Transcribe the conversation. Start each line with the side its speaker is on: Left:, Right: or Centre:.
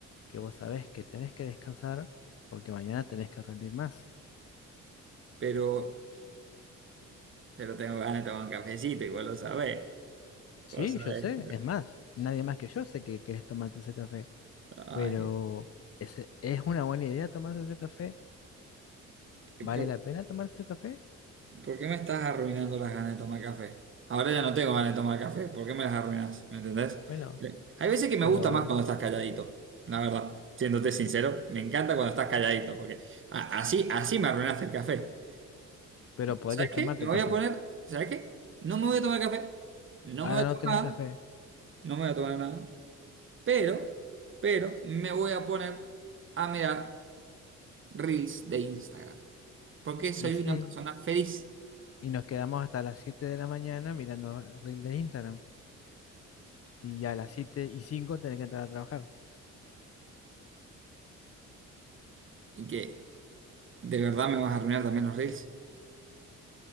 Left: que vos sabés que tenés que descansar porque mañana tenés que rendir más.
Right: pero, pero tengo ganas de tomar un cafecito, igual lo sabés.
Left: Sí,
Right: Vos sabés,
Left: yo sé,
Right: pero-
Left: es más, nadie más que yo sé que querés tomarte ese café.
Right: ay,
Left: Pero ¿es, es una buena idea tomarse ese café?
Right: ¿y
Left: ¿Vale
Right: ¿por,
Left: la pena tomarse ese café?
Right: por qué me estás arruinando las ganas de tomar café? Ahora ya no tengo ganas de tomar café, ¿por qué me las arruinas? ¿Me entendés?
Left: Bueno,
Right: Eh, Hay veces que me
Left: pero,
Right: gusta más cuando estás calladito, la verdad, siéndote sincero, me encanta cuando estás calladito, porque a- así, así me arruinaste el café.
Left: pero podrías
Right: ¿Sabes qué?
Left: tomarte
Right: Me voy
Left: el café.
Right: a poner, ¿sabes qué? No me voy a tomar café, no
Left: Ahora
Right: me voy a tomar
Left: no querés el
Right: nada,
Left: café.
Right: no me voy a tomar nada. Pero, pero me voy a poner a mirar reels de Instagram. Porque soy
Left: Y sí,
Right: una persona feliz
Left: y nos quedamos hasta las 7 de la mañana mirando reels de Instagram. Y ya a las siete y cinco tenés que entrar a trabajar.
Right: y que de verdad me vas a arruinar también los reels.